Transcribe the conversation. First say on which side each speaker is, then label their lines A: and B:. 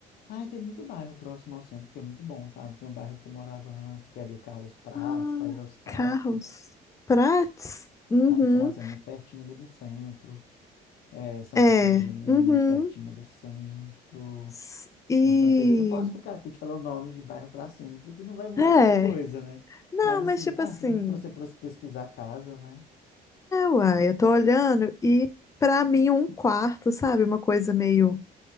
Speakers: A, on the left; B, on the left.
A: Ai, tem muito bairro próximo ao centro que é muito bom, sabe? Tem um bairro que eu morava antes, que é ali o Carlos Prats,
B: Ah,
A: Padre Eustáquio.
B: carros, prates. Uhum.
A: Carlos Prats é muito pertinho ali do centro. É, Santa
B: É.
A: Efigênia
B: Uhum.
A: é muito pertinho do centro.
B: S- E
A: Tem Santa Teresa, eu posso ficar aqui te falar o nome de bairro para sempre, que não vai mudar
B: é.
A: muita coisa, né?
B: Não,
A: Mas assim,
B: mas tipo
A: ah,
B: assim,
A: se bem que para você pros- pesquisar a casa, né?
B: Uai, eu tô olhando e pra mim um quarto, sabe? Uma coisa meio